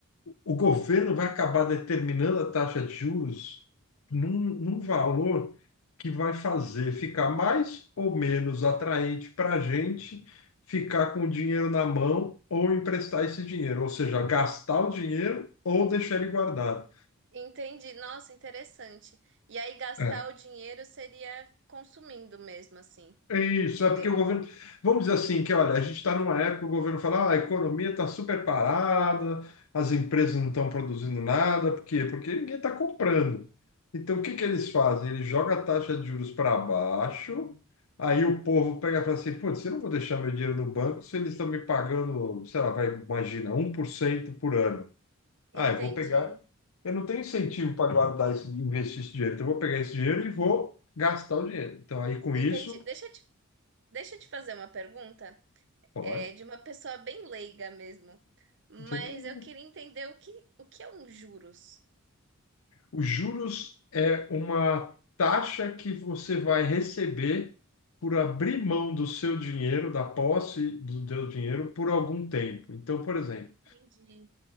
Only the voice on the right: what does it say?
Entendi. Nossa, interessante. E aí, gastar
o dinheiro seria consumindo mesmo, assim.
É,
entendi.
Entendi.
Deixa eu te Deixa eu te fazer uma pergunta,
é, de uma pessoa bem leiga mesmo, mas
eu queria entender o que, o que é um juros.
Entendi.